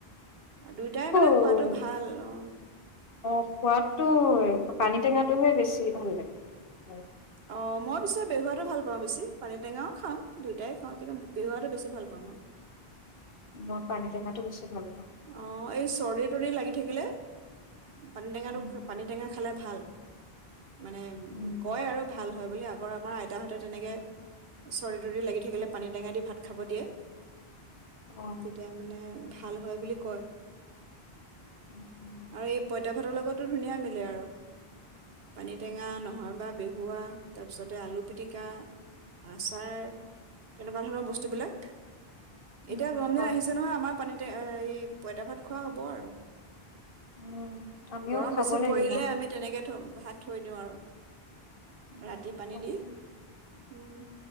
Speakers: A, on the right; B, on the left.
A: আ দুইটাই মানে
B: অঅ',
A: খোৱাটো ভাল অ
B: অ' খোৱাদটো পানী টেঙাত তুমি বেছি ভাল লাগে। উ।
A: অঁ মই পিছে বেহুৱাটো ভাল পাওঁ বেছি, পানী টেঙাও খাওঁ, দুয়োটাই খাওঁ কিন্তু বেহুৱাটো বেছি ভাল পাওঁ মই।
B: মই পানী টেঙাটো বেছি ভাল পাওঁ।
A: অ' এই চৰ্দিত তুৰি লাগি থাকিলে পানী টেঙাটো-পানী
B: উম,
A: টেঙা খালে ভাল। মানে
B: উম,
A: কয় আৰু ভাল হয় বুলি আ। আগৰ আমাৰ আইতাহঁতে তেনেকে চৰি লাগি থাকোনী টেঙা দি ভাত খাব দিয়ে
B: অ'।
A: তেতিয়া মানে ভাল হয় বুলি কয়
B: উম, উম,
A: আৰু এই পঁইতা ভাতৰ লগত তো ধুনীয়া মিলে আৰু। পানী টেঙা
B: উম,
A: নহয় বা দৈ। হোৱা তাৰপিছতে আলু পিটিকা, আচাৰ তেনেকুৱা ধৰণৰ বস্তু বিলাক
B: উম,
A: এতিয়া গৰম
B: হয়,
A: দিন আহিছে
B: হয়,
A: নহয় আমাৰ পানীটে এই পইতা ভাত খোৱা হ'ব আৰু।
B: উম, আমিও
A: গৰম
B: খাব
A: বেছি
B: লাগিব।
A: পৰিলে আমি তেনেকে থম। ভাত থৈ দিওঁ আৰু।
B: উম,
A: ৰাতি পানী
B: তাকে,
A: দি। উম।